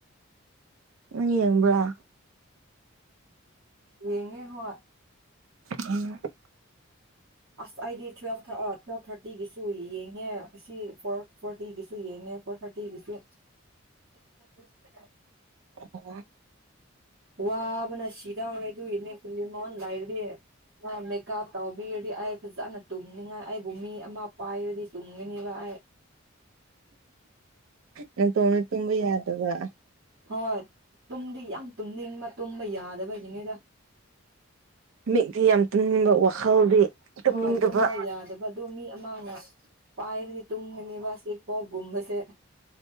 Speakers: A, on the right; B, on the right.
A: ꯅꯪ ꯌꯦꯡꯕ꯭ꯔꯥ
B: ꯌꯦꯉꯦ ꯍꯣꯏ
A: <unintelligible>
B: ꯑꯁ ꯑꯩꯗꯤ ꯇꯨꯋꯜꯞ ꯑ ꯇꯨꯋꯦꯜꯞ ꯊꯥꯔꯇꯤꯒꯤꯁꯨ ꯌꯦꯡꯉꯦ ꯁꯤ ꯐꯣꯔ ꯐꯣꯔꯇꯤꯒꯤꯁꯨ ꯌꯦꯡꯉꯦ ꯐꯣꯔ ꯊꯔꯇꯤ ꯒꯤꯁꯨ <unintelligible>
A: ꯑꯣ
B: ꯋꯥꯕꯅ ꯁꯤꯗꯧꯔꯦ ꯑꯗꯨꯒꯤꯅꯦ <unintelligible> ꯂꯥꯏꯔꯗꯤ ꯃꯦꯀꯞ ꯇꯧꯕꯤꯔꯗꯤ ꯑꯩ ꯐꯖꯅ ꯇꯨꯝꯅꯤꯡꯉꯥꯏ ꯑꯩꯕꯨ ꯃꯤ ꯑꯃ ꯄꯥꯏꯔꯗꯤ ꯇꯨꯝꯒꯅꯤꯕ ꯑꯩ
A: ꯅꯇꯣꯟꯗ ꯇꯨꯝꯕ ꯌꯥꯗꯕ
B: ꯍꯣꯏ ꯇꯨꯝꯗꯤ ꯌꯥꯝ ꯇꯨꯝꯅꯤꯡꯕ ꯇꯨꯝꯕ ꯌꯥꯗꯕꯩꯒꯤꯅꯤꯗ
A: ꯃꯤꯠꯗꯤ ꯌꯥꯝ ꯇꯨꯅꯤꯡꯕ ꯋꯥꯈꯜꯗꯤ ꯇꯨꯝꯅꯤꯡꯗꯕ
B: ꯍꯣꯏ ꯇꯨꯝꯕ ꯌꯥꯗꯕ ꯑꯗꯨ ꯃꯤ ꯑꯃꯅ ꯄꯥꯏꯔꯗꯤ ꯇꯨꯝꯒꯅꯤꯕ ꯑꯁꯤ ꯀꯣꯛꯒꯨꯝꯕꯁꯦ